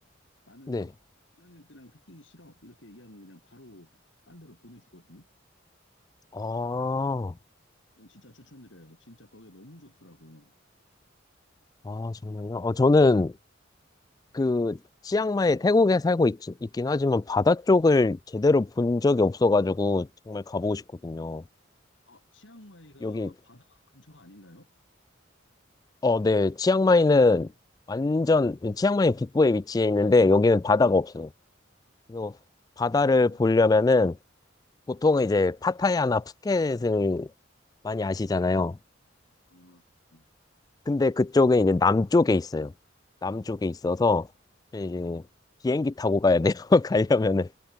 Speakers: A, on the left; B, on the left.
A: 나는
B: 네.
A: 관광객들이랑 섞이기 싫어. 이렇게 얘기하면 그냥 바로 딴 데로 보내주거든요.
B: 아,
A: 이건 진짜 추천드려요. 진짜 거기 너무 좋더라고요.
B: 아, 정말요? 어, 저는 그 치앙마이 태국에 살고 있, 있긴 하지만 바다 쪽을 제대로 본 적이 없어가지고 정말 가보고 싶거든요.
A: 아, 치앙마이가
B: 여기,
A: 바다 근처가 아닌가요?
B: 어, 네. 치앙마이는 완전, 치앙마이 북부에 위치해 있는데 여기는 바다가 없어요. 그래서 바다를
A: 아,
B: 보려면은 보통은 이제 파타야나 푸켓을 많이 아시잖아요.
A: 아, 음,
B: 근데 그쪽은 이제 남쪽에 있어요. 남쪽에 있어서 이제
A: 네.
B: 비행기 타고 가야 돼요. <laughs> 가려면은.